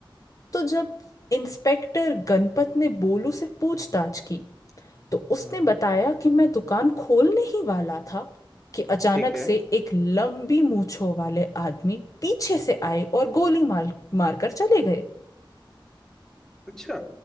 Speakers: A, on the left; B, in the centre.
A: तो जब इंस्पेक्टर गणपत ने बोलू से पूछताछ की तो उसने
B: हाँ हाँ
A: बताया कि मैं दुकान खोलने ही वाला था कि अचानक
B: ठीक है
A: से एक लंबी मूंछों वाले आदमी पीछे से आए और गोली मार मारकर चले गए
B: अच्छा